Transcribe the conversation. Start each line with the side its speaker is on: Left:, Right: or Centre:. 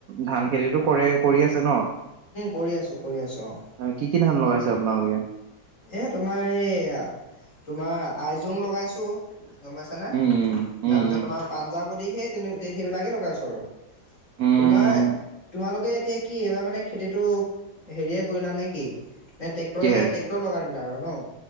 Right: ধান খেতিটো কৰে কৰি আছে ন
Left: কৰি আছো কৰি আছো অ
Right: অ কি কি ধান লগাইছে আপোনালোকে
Left: এই তোমাৰ এই তোমাৰ আইজোং লগাইছোঁ গম পাইচা নে
Right: উম
Left: তাৰপিছত
Right: উম উম উম
Left: তোমাৰ পাঞ্জাৱদী সেই তেনে সেইবিলাকেই লগাইছোঁ আৰু
Right: উম
Left: তোমাৰ তোমালোকে এতিয়া কি এইবাৰ মানে খেতিটো হেৰিয়ে কৰিলা নে কি নে ট্ৰেক্টৰে
Right: কিহেৰে
Left: ট্ৰেক্টৰ লগাই দিলা আৰু কনো